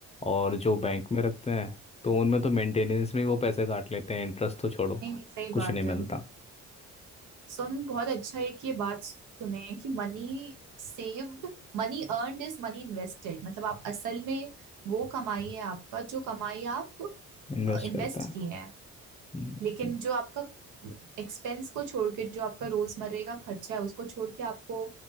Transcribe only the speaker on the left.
और जो बैंक में रखते हैं तो उनमें तो मेंटेनेंस में वो पैसे काट लेते हैं इंटरेस्ट तो छोड़ो
कुछ
नहीं मिलता
इन्वेस्ट
करते हैं
हम्म,